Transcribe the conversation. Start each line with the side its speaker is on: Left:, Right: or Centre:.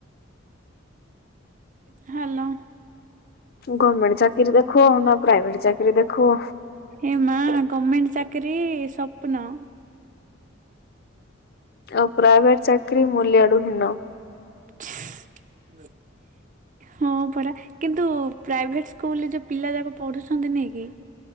Right: ହ୍ୟାଲୋ।
Left: ଗଭମେଣ୍ଟ ଚାକିରି ଦେଖ ନା ପ୍ରାଇଭେଟ ଚାକିରୀ ଦେଖ
Right: ଏ ମା ଗର୍ମେଣ୍ଟ ଚାକିରି ସ୍ୱପ୍ନ।
Left: ଆଉ ପ୍ରାଇଭେଟ ଚାକିରି ମୂଲ୍ୟ ଆଡୁ ହୀନ।
Right: <unintelligible> ହଁ ପରା କିନ୍ତୁ ପ୍ରାଇଭେଟ ସ୍କୁଲରେ ଯୋଉ ପିଲା ଯାକ ପଢୁଛନ୍ତି ନେଇ କି।